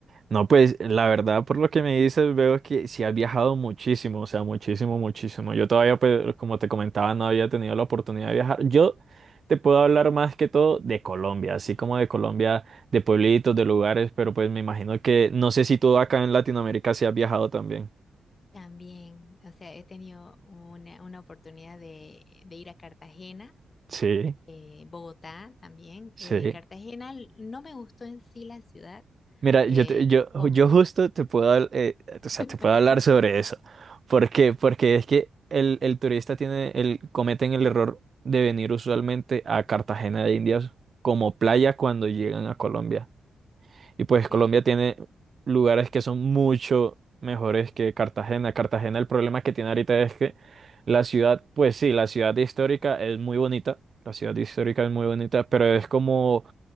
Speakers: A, on the right; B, on the left.
A: No, pues la verdad, por lo que me dices, veo que sí has viajado muchísimo, o sea, muchísimo, muchísimo. Yo todavía, pues, como te comentaba, no había tenido la oportunidad de viajar. Yo te puedo hablar más que todo de Colombia, así como de Colombia, de pueblitos, de lugares, pero pues me imagino que no sé si tú acá en Latinoamérica sí has viajado también.
B: También, o sea, he tenido una, una oportunidad de, de ir a Cartagena
A: Sí,
B: eh, Bogotá también.
A: sí.
B: eh, Cartagena l- no me gustó en sí la ciudad.
A: Mira, yo,
B: eh,
A: te- yo,
B: ¿cómo?
A: yo justo te puedo, habl- eh, o sea,
B: <laughs>
A: te puedo hablar sobre eso. ¿Por qué? Porque es que el, el turista tiene el, cometen el error de venir usualmente a Cartagena de Indias como playa cuando llegan a Colombia. Y pues
B: Sí.
A: Colombia tiene lugares que son mucho mejores que Cartagena. Cartagena, el problema que tiene ahorita es que la ciudad, pues sí, la ciudad histórica es muy bonita. La ciudad histórica es muy bonita, pero es como